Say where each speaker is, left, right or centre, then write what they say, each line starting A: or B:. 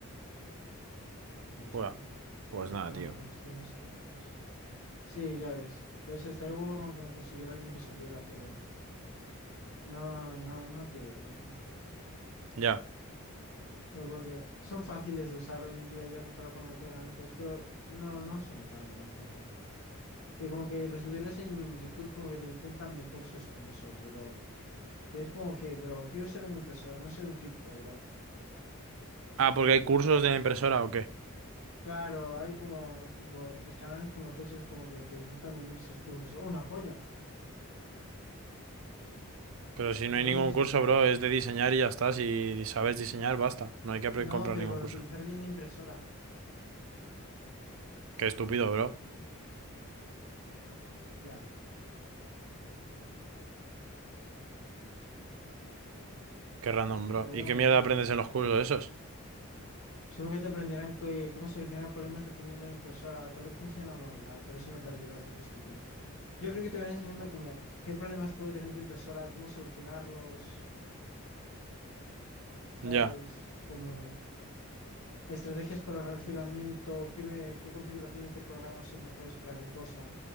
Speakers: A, on the left; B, on the right.
A: ¿Dónde estoy?
B: Buah, pues nada,
A: Ah,
B: tío.
A: vale, estoy en los aldeanos. Sí, ya ves. Pues estaría huevo con que me consiguiera alguien que supiera, pero no, no, no tiene pinta.
B: Ya.
A: Pero porque son fáciles de usar hoy en día ya comparado con lo que era antes, pero no, no son tan, tan fáciles. Y como que los tutoriales en YouTube como que te intentan vender sus cursos, bro. Y es como que, bro, quiero ser una impresora, no ser un cripto, bro.
B: Ah, porque hay cursos
A: ¿Sabes?
B: de impresora o qué.
A: Claro, hay como, tipo, los canales como tochos como que te intentan vender sus cursos. ¡Oh, una polla! Ah,
B: Pero si no
A: Entonces
B: hay ningún
A: eso
B: curso,
A: es.
B: bro, es de diseñar y ya está. Si sabes diseñar, basta. No hay que apre-
A: No,
B: comprar
A: pero
B: ningún
A: para
B: curso.
A: utilizar bien la impresora.
B: Qué estúpido, bro.
A: Ya.
B: Qué random, bro.
A: Pero
B: ¿Y
A: bueno,
B: qué mierda
A: tío.
B: aprendes en los cursos esos?
A: Supongo que te aprenderán que- cómo solucionar problemas dependiendo de la impresora. Tal vez te enseñan a modelar, pero eso me pareciera bastante estúpido. Yo creo que te van enseñando como qué problemas puede tener tu impresora, cómo solucionarlos, ¿sabes?
B: Ya.
A: Como... Estrategias para ahorrar filamento, qué, me- qué configuraciones de programas son mejores para qué cosa.